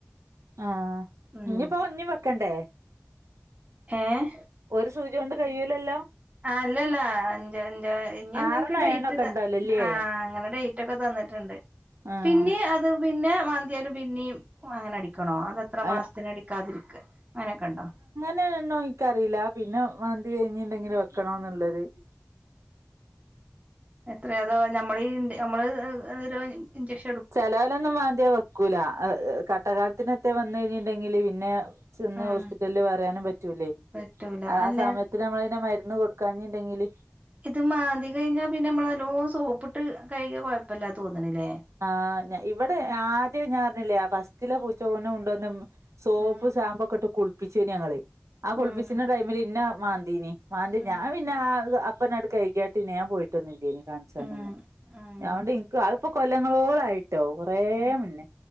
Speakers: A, on the right; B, on the right.
A: ആ
B: ഉം
A: ഇഞ്ഞ്പ്പോ ഇഞ്ഞും വെക്കെണ്ടേ.
B: ഏഹ്.
A: ഒരു സൂച്യാേണ്ട് കഴൂലല്ലൊ.
B: ആ അല്ലല്ല. അഞ്ച് അഞ്ചോ ഇഞ്ഞ് അങ്ങനക്കെ
A: ആറെണ്ണോ
B: ഡേയ്റ്റ്
A: ഏഴെണ്ണോ ഒക്കെ
B: ഇതാ
A: ഇണ്ടാവല്ലോല്ലേ
B: ആഹ് അങ്ങനെ ഡേറ്റ് ഒക്കെ തന്നിട്ടെണ്ട്
A: ആഹ്
B: പിന്നെ അ ത് പിന്നെ മാന്തിയാലും പിന്നീം അങ്ങനെ അടിക്കണോ അത ഇത്രമാസത്തിനടിക്കാതിരിക്ക്
A: അഹ്
B: അങ്ങനെയൊക്കെ ഇണ്ടോ
A: പിന്നേ എന്നോ എനിക്കറിയില്ല പിന്നെ മാന്തി കഴിഞ്ഞിണ്ടെങ്കില് വെക്കണോന്നിള്ളത്
B: എത്രയോ അതോ നമ്മളീ നമ്മള് <unintelligible> ഒര് ഇൻഞ്ചക്ഷ
A: ചെലവലൊന്നും മാന്തിയ വെക്കൂല അഹ് കട്ടകാലത്തിനൊത്തെ വന്ന് കഴിഞ്ഞിണ്ടെങ്കില് പിന്നെ ച്ചിന്ന്
B: ഉം
A: ഹോസ്പിറ്റൽല് പറയാനും പറ്റൂലേ
B: പറ്റൂല
A: അതാ
B: അല്ല
A: സമയ ഇത്തിരി അമ്മളയിന്റെ മരുന്ന് കൊടുക്കാഞ്ഞിണ്ടെങ്കില്
B: ഇത് മാന്തി കഴിഞ്ഞാ പിന്നെ മ്മള് നല്ലോം സോപ്പിട്ട് കഴികിയ കൊഴപ്പില്ലാ തോന്ന്ണില്ലേ
A: ആഹ് ഞ ഇവിടെ ആദ്യം ഞാൻ പറഞ്ഞില്ലേ ഫസ്റ്റിലെ പൂച്ച ഒന്നും ഉണ്ടോന്നും സോപ്പ്
B: ഉം
A: സാമ്പു ഒക്കെ ഇട്ട് കുളിപ്പിച്ചീനു ഞങ്ങള് ആ കുളിപ്പിച്ചിന
B: ഉം
A: ടൈമില് ഇന്ന മാന്തീനി മാന്തി
B: ഉം
A: ഞാൻ പിന്നാ അത് അപ്പനവിടെ കൈകിയാട്ട് പിന്നെ ഞാൻ പോയിട്ടൊന്നില്ലേനി കാണിച്ചാനൊന്നും
B: ഉം ഉം
A: ഞാണ്ട് എനിക്ക്‌ <unintelligible> കൊല്ലങ്ങളോളായിട്ടൊ കൊറേ
B: ഉം
A: മുന്നെ